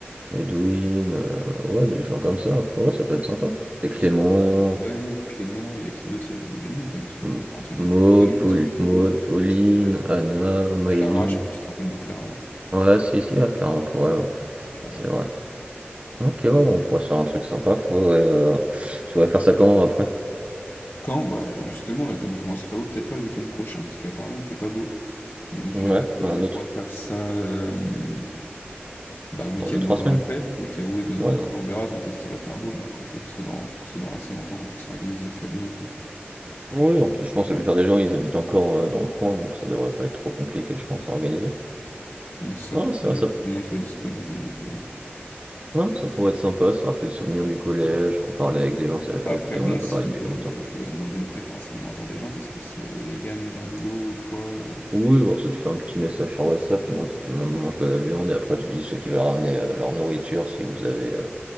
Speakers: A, on the right; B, on the left.
A: Edwin, heu, ouais des gens comme ça après, ouais ça peut être sympa. Et
B: je
A: Clément.
B: sais pas. Ouais, non, Clément, il y a qui d'autre? Il y, a il y a du monde quand même, parce qu'on
A: M-
B: pourrait faire un truc
A: Maud,
B: avec beaucoup de monde,
A: Paul-
B: ça peut être
A: Maud,
B: cool.
A: Pauline,
B: Ouais.
A: Anna, Maëlie.
B: Clara, je sais pas si tu te rappelles de Clara.
A: Ouais, si, si, à Clara, on pourrait, ouais.
B: Clara,
A: C'est
B: elle-
A: vrai. Ok, ouais, on
B: ouais.
A: pourrait se faire un truc sympa. Faudrait, euh, Tu voudrais faire ça quand après?
B: Quand? Bah justement, là, comme il commence à faire beau, peut-être pas le week-end prochain, parce qu'apparemment il fait pas beau. Donc
A: Ouais,
B: euh,
A: bah,
B: on
A: un autre.
B: pourrait faire ça. euh, Bah, week-end
A: Dans deux trois
B: encore
A: semaines.
B: après. Week-end, oui, dans-
A: Ouais.
B: dans- oui,
A: non.
B: on verra quand est-ce qu'il va faire beau, mais après, faut que ce soit dans, faut que ce soit dans assez longtemps qu'on puisse organiser ça bien, quoi.
A: Oui, en plus, je pense que la plupart des gens, ils habitent encore euh, dans le coin, donc ça devrait pas être trop compliqué, je pense, à organiser.
B: Moi, c'est
A: Non,
B: ça, faut que
A: c'est
B: tout le
A: vrai,
B: monde,
A: ça,
B: tout le monde soit disponible. Donc, euh.
A: ouais, non, ça pourrait être sympa, se rappeler les souvenirs du collège, reparler avec des gens avec
B: Après,
A: qui
B: bon,
A: on n'a pas
B: si,
A: parlé depuis
B: euh,
A: longtemps.
B: faudrait demander les préférences alimentaires des gens, parce que s'il y a des véganes dans le lot ou quoi,
A: Oui, bon, ça, tu fais un petit message sur WhatsApp, tu demandes si tout le monde mange de la viande, et après, tu dis ceux qui veulent ramener euh, leur nourriture, si vous avez, euh,